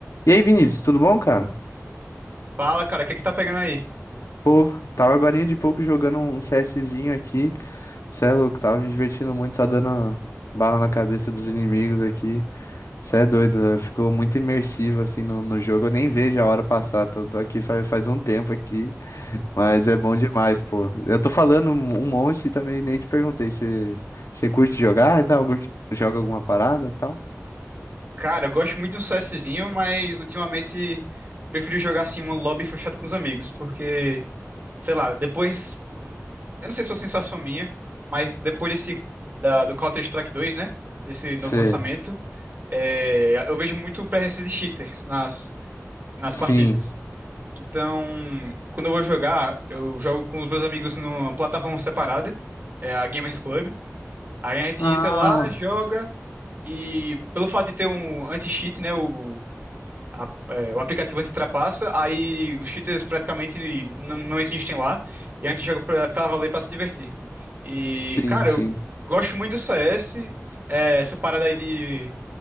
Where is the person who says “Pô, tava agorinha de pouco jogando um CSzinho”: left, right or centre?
Left